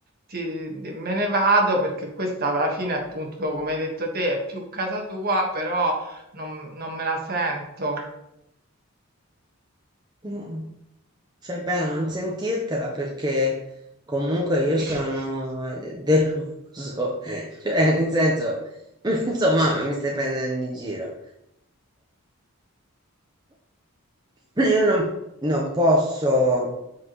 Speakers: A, on the right; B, on the right.
A: ti di me ne vado perché questa alla fine, appunto, come hai detto te, è più casa tua, però non non me la sento.
B: Mm. Fai bene a non sentirtela perché comunque io
A: <laughs>
B: sono eh, deluso, <laughs> cioè nel senso, <laughs> insomma, mi stai prendendo in giro. Io non, non posso,